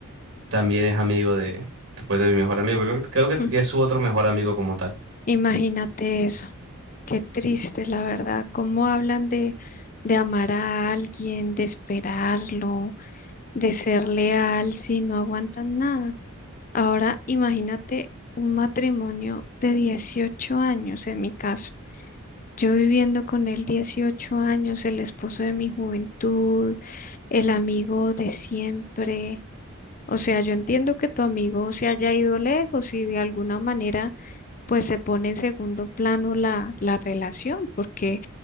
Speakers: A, on the right; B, on the left.
A: también es amigo de, después de mi mejor amigo. Creo, que creo que
B: Mm,
A: que es su otro mejor amigo como tal.
B: Imagínate eso. Qué triste, la verdad. ¿Cómo hablan de, de amar a alguien, de esperarlo, de ser leal si no aguantan nada? Ahora imagínate un matrimonio de 18 años en mi caso. Yo viviendo con él 18 años, el esposo de mi juventud, el amigo de siempre. O sea, yo entiendo que tu amigo se haya ido lejos y de alguna manera pues se pone en segundo plano la, la relación, porque